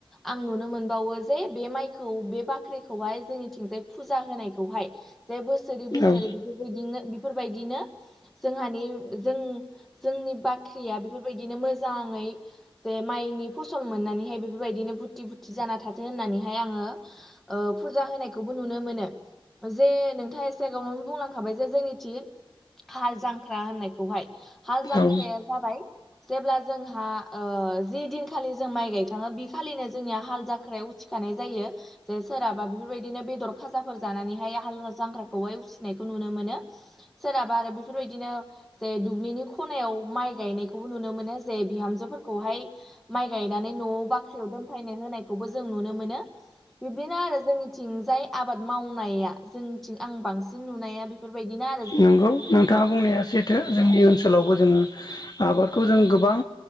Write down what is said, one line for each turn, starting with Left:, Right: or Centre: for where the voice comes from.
Centre: आं नुनो मोनबावो जे बे माइखौ बे बाख्रिखौहाय जोंनिथिंजाय फुजा होनायखौहाय। जेबोस' बोसोरै बोसोरै
Left: औ
Centre: बेफोरबायदिनो बेफोरबायदिनो जोंहानि जों जोंनि बा आंख्रिया बेफोरबायदिनो मोजाङै जे माइनि फसल मोननानैहाय बेफोरबायदिनो बुरथि बुरथि जाना थाथों होननानैहाय आङो। फुजा होनायखौबो नुनो मोनो जे नोंथाङा एसेगावावनो बुंलांखाबाय जे जोंनिथिं हाल जांख्रा होननायखौहाय हाल जांख्राया
Left: औ
Centre: जाबाय जेब्ला जोंहा जि दिनखालि जों माइ गायखााङो बि खालिनो जोंनिया हाल जाख्रायाव उथि जानाय जायो। जे सोरहाबा बेफोरबायदिनो बेदर खाजाफोर जानानैहाय हाल जांख्राखौहाय उसिनायखौ नुनो मोनो। सोरहाबा आरो बेफोरबायदिनो जे दुब्लिनि खनायाव माइ गायनायखौबो नुनो मोनो जे बिहामजोफोरखौहाय माइ गायनानै न'आव बाख्रियाव दोनफायनो होनायखौबो जों नुनो मोनो। बिब्दिनो आरो जोंनिथिं जाय आबाद मावनाया जोंनिथिं आं बांसिन नुनाया बे बेफोरबायदि ना।
Left: नंगौ नोंथाङा बुंनाया सैथो जोंनि
Centre: औ
Left: ओनसोलावबो जोङो आबादखौ जों गोबां